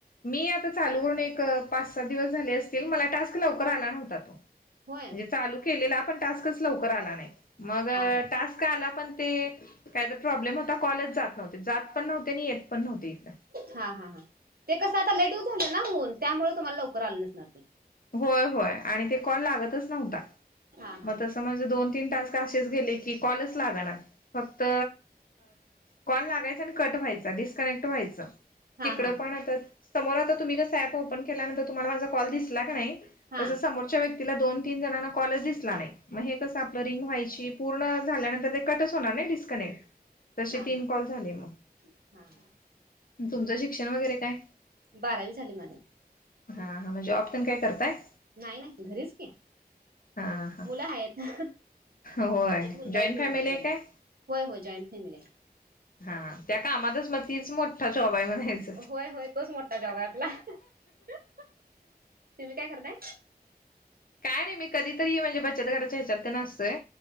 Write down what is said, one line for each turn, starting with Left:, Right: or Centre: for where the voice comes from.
Left: मी आता चालू करून, एक पाच सात दिवस झाले असतील, मला टास्क लवकर आला नव्हता,
Right: होय
Left: म्हणजे चालू केलेला पण टास्कच लवकर आला नाही, मग
Right: हा हा
Left: टास्क आला पण ते काय ज प्रॉब्लेम होता कॉल जात नव्हते जात पण नव्हते आणि येत पण नव्हते इथं
Right: हा हा हा ते कसं आता लेटऊ झालं ना होऊन त्यामुळे तुम्हाला लवकर आलं नसणार ते
Left: होय होय आणि ते कॉल लागतच नव्हता
Right: हा हा
Left: मग
Right: हा.
Left: तस म दोन तीन असेच गेले की कॉल लागणार फक्त कॉल लागायचा आणि क व्हायचा डिस्कनेक्ट व्हायचं.
Right: हा
Left: तिकडं
Right: हा हा
Left: पण आता समोर आता तुम्ही कस ऍप ओपन केल्यानंतर तुम्हाला माझा कॉल दिसला का नाही
Right: हा
Left: तसं समोरच्या व्यक्तीला दोन तीन जणांना कॉलेज दिसला नाही मग हे कसं आपलं रिंग व्हायची, पूर्ण झाल्यानंतर ते कटच होणार नाही डिस्कनेक्ट, तसे
Right: हा
Left: तीन कॉल झाले मग,
Right: हा हा
Left: तुमचं शिक्षण वगैरे काय?
Right: बारावी झाले माझी,
Left: हा, हा ममग जॉब, तेन काय करताय?
Right: नाही, नाही घरीच कि,
Left: हा हा
Right: मुलं आहेत आहेत,
Left: होय
Right: एक मुलगा
Left: जॉईंट
Right: आहे मुलगी
Left: फॅमिली
Right: आहे मला,
Left: काय
Right: होय, होय, जॉईट फॅमिली आहे.
Left: हा त्या कामातच मग तीच मोठा जॉब आहे म्हणायच,
Right: होय होय तोच मोठा जॉब आहे आपला तुम्ही काय करताय?
Left: काय मी कधीतरी म्हणजे बचत गटाच्याच्यात असतोय